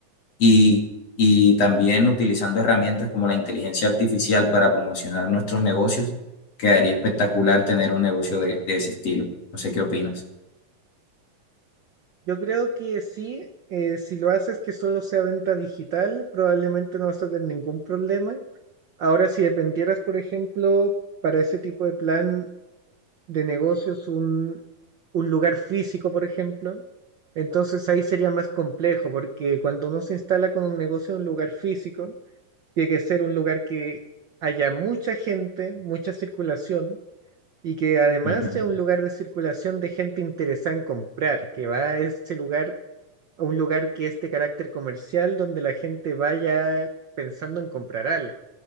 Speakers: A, on the left; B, on the right.
A: Y, y también utilizando herramientas como la inteligencia artificial para promocionar nuestros negocios, quedaría espectacular tener un negocio de, de ese estilo. No sé qué opinas.
B: Yo creo que sí, eh, si lo haces que solo sea venta digital, probablemente no vas a tener ningún problema. Ahora, si dependieras, por ejemplo, para ese tipo de plan de negocios un, un lugar físico, por ejemplo, entonces ahí sería más complejo, porque cuando uno se instala con un negocio en un lugar físico, tiene que ser un lugar que haya mucha gente, mucha circulación, y que además
A: Ujú.
B: sea un lugar de circulación de gente interesada en comprar, que va a ese lugar, a un lugar que es de carácter comercial, donde la gente vaya pensando en comprar algo.